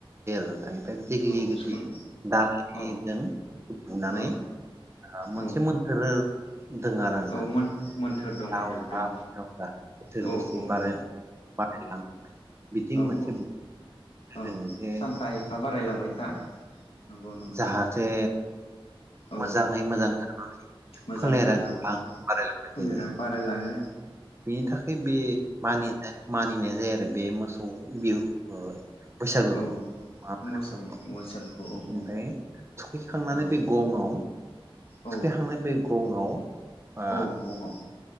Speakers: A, on the right; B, on the left.
A: ओमफाय बे देग्लि
B: औ
A: गिदि
B: सुख'
A: दालिजों
B: औ
A: बुनानै
B: औ
A: मोनसे
B: औ
A: मोन्थोरो दों आरो नोंथां
B: औ मोन्थोर दं
A: लाव
B: मोन्थोर
A: जा
B: दं
A: फान्थाव जा बोथोर
B: औ
A: बोसोर
B: औ औ
A: बाराय बारायलां बिदि
B: औ
A: मोनसे
B: औ औ
A: दोङो जे
B: सानफा एफा बारायलांबाय था नंगौ नंगौ
A: जाहाथे
B: औ
A: मोजाङै मोजां
B: मोजाङै
A: फोलेरा
B: मोजां
A: गोबां बारायलांबाय
B: फोलेरा
A: थायो
B: बाराय लां ङो
A: बेनि थाखाय बे मानि मानिनाय जायो आरो बे मोसौ बिहु ओ बैसागोखौ
B: औ मोसौ
A: ओमफ्राय
B: मोसाखौ औ औ
A: थुखैखांनानै
B: औ
A: बे गंआव
B: औ
A: थुखैखांनानै बे गंआव आ
B: औ गङाव